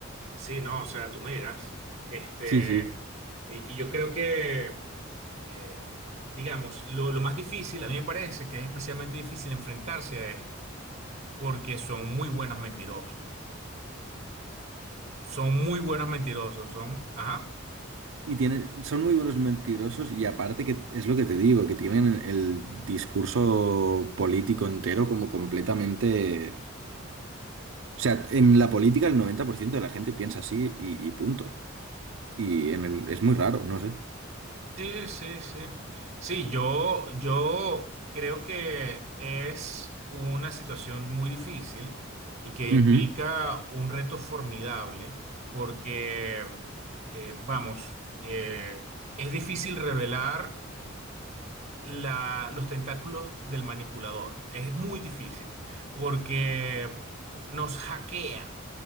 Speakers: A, on the right; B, on the right.
A: Sí, no, o sea, tú me dirás. Este,
B: Sí, sí.
A: y, y yo creo que, eh, digamos, lo, lo más difícil, a mí me parece que es especialmente difícil enfrentarse a esto porque son muy buenos mentirosos. Son muy buenos mentirosos, son, ajá.
B: Y tienen, son muy buenos mentirosos y aparte que es lo que te digo, que tienen el discurso político entero como completamente... O sea, en la política el 90% de la gente piensa así y, y punto. Y en el, es muy raro, no sé.
A: Sí, sí, sí. Sí, yo, yo creo que es una situación muy difícil y que implica
B: Ujú.
A: un reto formidable porque, eh, vamos, eh, es difícil revelar la- los tentáculos del manipulador. Es muy difícil porque nos hackea